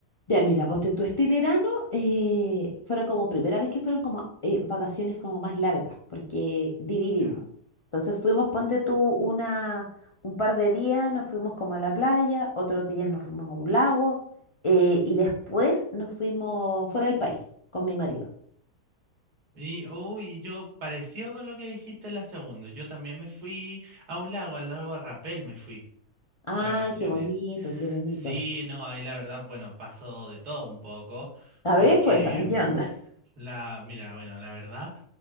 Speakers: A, on the left (about 45°); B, on the right (about 70°).
A: Ya, mira, ponte tú, este verano eh, fueron como primera vez que fueron como eh, vacaciones como más largas, porque dividimos.
B: Ya.
A: Entonces fuimos, ponte tú, una, un par de días, nos fuimos como a la playa, otros días nos fuimos a un lago, eh, y después nos fuimos fuera del país con mi marido.
B: Y, uy yo parecido con lo que dijiste en la segunda. Yo también me fui a un lago, al lago Rapel me fui
A: Ay,
B: de vacaciones.
A: qué bonito, qué bonito.
B: Sí, no, ahí la verdad, bueno, pasó de todo un poco,
A: A
B: porque
A: ver, cuéntame,
B: mm,
A: ¿qué onda?
B: la, mira, bueno, la verdad,